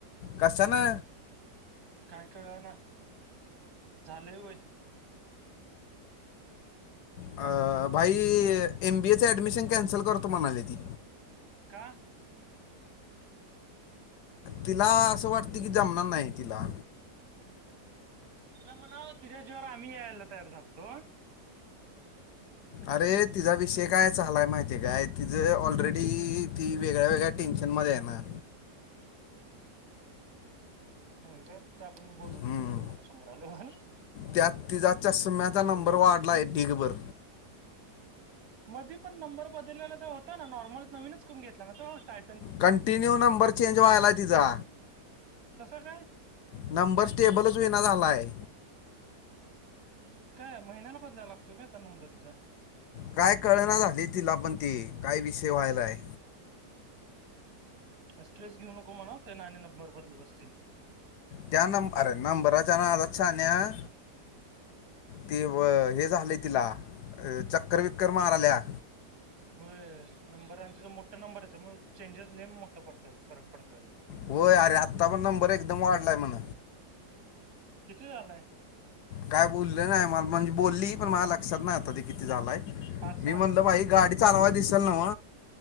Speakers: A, on the left; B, on the right.
A: कशा ने?
B: काय कळ ना, झालंय वय.
A: अ, भाई एम बीएच ऍडमिशन कॅन्सल करतो म्हणाली ती.
B: का?
A: तिला असं वाटते की, जमणार नाही. तिला.
B: तीला म्हणाव, तिझ्या जीवावर, आम्ही यायला तयार झालंतो.
A: अरे, तिजा विषय काय, झालाय माहितीय काय? तिझ ऑलरेडी, ती वेगळ्या - वेगळ्या टेन्शनमध्येय ना.
B: चालतंय, ते आपण बोलू.
A: हम्म.
B: समोरासमोर आल्यावर.
A: त्यात तिजा, चषम्याचा
B: त्याच्यावर
A: नंबर
B: नको
A: वाढलाय. ढीगभर.
B: मधी पण नंबर बदललेला होता ना. नॉर्मल नवीनच करून घेतला ना. टाय
A: कंटिन्यू, नंबर चेंज व्हायलाय तिजा.
B: कसं, काय?
A: नंबर स्टेबलच हुईना झालाय.
B: काय? महिन्याला बदलायला लागतोय काय, आता नंबर तिजा.
A: काय कळना झाली, तिला पण ती? काय विषय व्हायलाय?
B: स्ट्रेस घेऊ नको मनाव. ते ना आणि नंबर बदलत असतील.
A: त्या नंब अरे, नंबरच्या नादात शहाण्या ते व हे झालंय तिला. चक्कर - विककर माराल्या.
B: होय. नंबर आणि तीजा मोठा नंबरयचा. मग चेंजेस लय मोठं पडतात. फरक पडतोय.
A: होय. अरे, आत्ता पण नंबर एकदम वाढलाय म्हण.
B: किती, झालाय?
A: काय बोललं नाही. म म्हणजे बोलली, पण मला लक्षात नाही आता, ते किती झालाय.
B: पाच सहा
A: मी म्हणलं, बाई गाडी चालवा दिसल नव?